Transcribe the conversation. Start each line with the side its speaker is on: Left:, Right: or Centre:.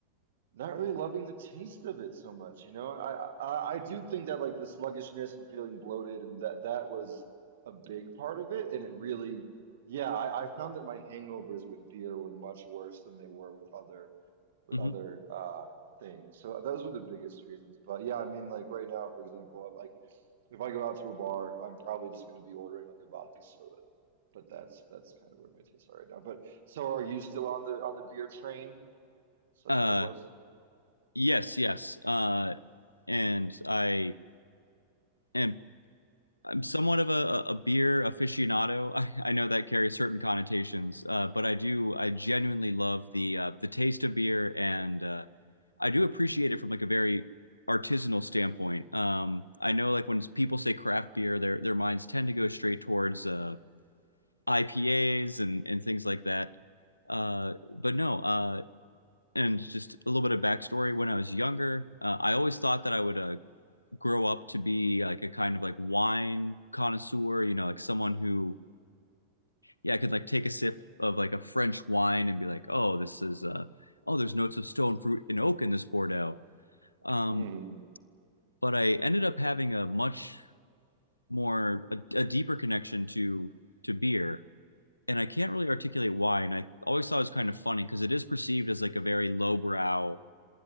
Right: not really loving the taste of it so much. You know, I I, I do think that like the sluggishness and feeling bloated and that that was a big part of it. And it really, yeah, I, I found that my hangovers with beer were much worse than they were with other with
Left: hmm
Right: other uh things. So those were the biggest reasons. But yeah, I mean, like right now, for example, I'm like. If I go out to a bar, I'm probably just going to be ordering like a vodka soda. But that's that's kind of where my tastes are right now. But so are you still on the on the beer train, such
Left: Uh,
Right: as it was?
Left: yes, yes. Uh, and I. am. I'm somewhat of a, a beer aficionado. <laughs> I, I know that carries certain connotations, uh, but I do I genuinely love the uh, the taste of beer, and uh, I do appreciate it from like a very artisanal standpoint. Um, I know like when people say craft beer, their their minds tend to go straight towards uh, IPAs and and things like that. Uh, but no, uh, and just a little bit of backstory. When I was younger, uh, I always thought that I would uh, grow up to be like a kind of like wine connoisseur, you know, like someone who, yeah, could like take a sip of like a French wine and be like, oh, this is, uh, oh, there's notes of stone fruit and oak in this Bordeaux. Um,
Right: Mm.
Left: but I ended up having a much more, a, a deeper connection to, to beer. And I can't really articulate why. And I always thought it was kind of funny because it is perceived as like a very lowbrow